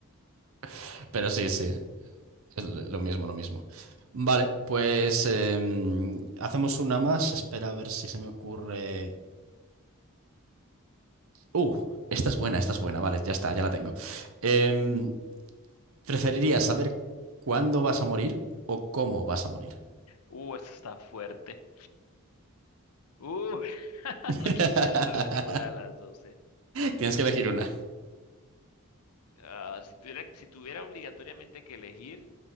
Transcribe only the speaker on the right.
<laughs> Pero sí, sí, es lo mismo, lo mismo. Vale, pues em, hacemos una más. Espera a ver si se me ocurre. Uh, esta es buena, esta es buena. Vale, ya está, ya la tengo. Em, ¿preferirías saber cuándo vas a morir o cómo vas a morir?
<laughs>
Tienes que elegir una.